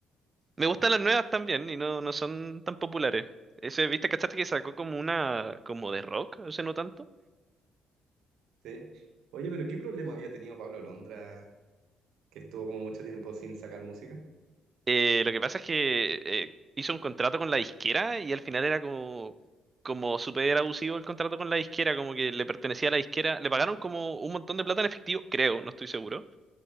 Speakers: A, on the right; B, on the right.
A: Me gustan las nuevas también y no, no son tan populares. Ese, ¿viste? ¿Cachaste que sacó como una, como de rock? O sea, no tanto.
B: Sí. Oye, pero ¿qué problema había tenido Pablo Londra que estuvo como mucho tiempo sin sacar música?
A: Eh, lo que pasa es que eh, hizo un contrato con la disquera y al final era como, como súper abusivo el contrato con la disquera, como que le pertenecía a la disquera. Le pagaron como un montón de plata en efectivo, creo, no estoy seguro.